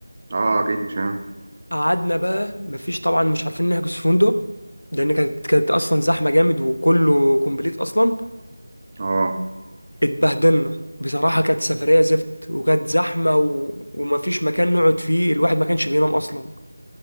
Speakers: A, on the right; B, on the left.
A: اه اكيد مش هينفع
B: قعدنا بقى مفيش طبعا مش عارفين نحجز فندق لان كانت كانت اصلا زحمه جامد وكله كومبليت اصلا
A: اه
B: اتبهدلنا بصراحة كانت سفرية زفت وكانت زحمة و... ومفيش مكان نقعد فيه الواحد ما كانش بينام أصلا